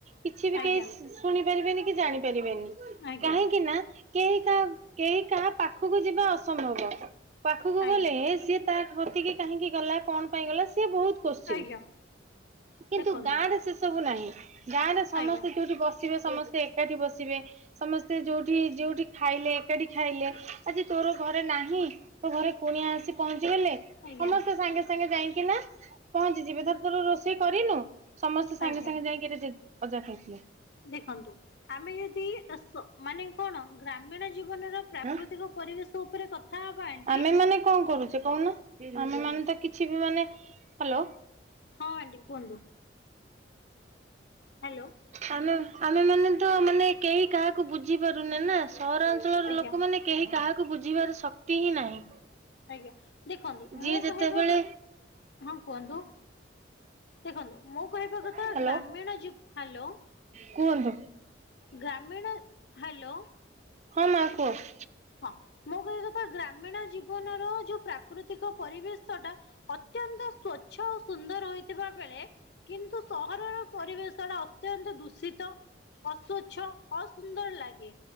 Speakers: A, on the right (about 40°); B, on the left (about 60°).
A: କିଛି ବି
B: ଆଜ୍ଞା
A: କେହି ଶୁଣି ପାରିବେନି କି ଜାଣିପାରିବେନି।
B: ଆଜ୍ଞା
A: କାହିଁକି ନା କେହି କାହା କେହି କାହା ପାଖକୁ ଯିବା ଅସମ୍ଭବ। ପାଖକୁ
B: ଆଜ୍ଞା।
A: ଗଲେ ସିଏ ତା କତିକି କାହିଁକି ଗଲା କଣ ପାଇଁ ଗଲା ସିଏ ବହୁତ୍ କୋଶ୍ଚିନ୍।
B: ଆଜ୍ଞା
A: କିନ୍ତୁ
B: ଦେଖନ୍ତୁ
A: ଗାଁ ରେ ସେ ସବୁ ନାହିଁ। ଗାଁ ରେ ସମସ୍ତେ
B: ଆଜ୍ଞା
A: ଯୋଉଠି ବସ୍ ବସିଥିବେ ସମସ୍ତେ ଏକାଠି ବସିବେ। ସମସ୍ତେ ଯୋଉଠି ଯୋଉଠି ଖାଇଲେ ଏକାଠି ଖାଇଲେ। ଆଜି ତୋର ଘରେ ନାହିଁ ତୋ ଘରେ କୁଣିଆ ଆସି ପହଞ୍ଚିଗଲେ
B: ଆଜ୍ଞା
A: ସମସ୍ତେ ସାଙ୍ଗେ ସାଙ୍ଗେ ଯାଇକିନା ପହଞ୍ଚିଯିବେ। ଧର ତୋର ରୋଷେଇ କରିନୁ ସମସ୍ତେ ସାଙ୍ଗେ
B: ଆଜ୍ଞା
A: ସାଙ୍ଗେ ଯାଇକିରି ପଚାରି ଦେଇଥିବେ।
B: ଦେଖନ୍ତୁ ଆମେ ଯଦି ମାନେ କଣ ଗ୍ରାମୀଣ ଜୀବନର ପ୍ରାକୃତିକ
A: ହଁ
B: ପରିବେଶ ଉପରେ କ କଥା ହବା ଆଣ୍ଟି
A: ଆମେ ମାନେ କଣ କରୁଚେ କହୁନ। ଆମେ ମାନେ ତ କିଛି ବି ମାନେ, ହାଲୋ।
B: ହଁ ଆଣ୍ଟି କୁହନ୍ତୁ। ହାଲୋ।
A: ଆମେ ଆମେ ମାନେ ତ ମାନେ କେହି କାହାକୁ ବୁଝିପାରୁନେ ନା। ସହର ଅ ଞ୍ଚଳର
B: ଆଜ୍ଞା
A: ଲୋକମାନେ କେହି କାହାକୁ ବୁଝିବାର ଶକ୍ତି ହିଁ ନାହିଁ।
B: ଆଜ୍ଞା। ଦେଖନ୍ତୁ
A: ଯିଏ
B: ମୁଁ
A: ଯେତେବେଳେ
B: କହିବା କ ହଁ କୁହନ୍ତୁ। ଦେଖନ୍ତୁ ମୁଁ କହିବା କଥା
A: ହ୍ୟାଲୋ
B: ଗ୍ରାମୀଣ ଜି ହାଲୋ।
A: କୁହନ୍ତୁ।
B: ଗ୍ରାମୀଣ ହାଲୋ।
A: ହଁ ମା କୁହ।
B: ହଁ ମୁଁ କହିବା କଥା ଗ୍ରାମୀଣ ଜୀବନର ଯୋଉ ପ୍ରାକୃତିକ ପରିବେଶ ଟା ଅତ୍ୟନ୍ତ ସ୍ଵଚ୍ଛ ଓ ସୁନ୍ଦର ହୋଇଥିବା ବେଳେ କିନ୍ତୁ ସହରର ପରିବେଶ ଟା ଅତ୍ୟନ୍ତ ଦୂଷିତ, ଅସ୍ଵଚ୍ଛ ଅସ ଅସୁନ୍ଦର ଲାଗେ।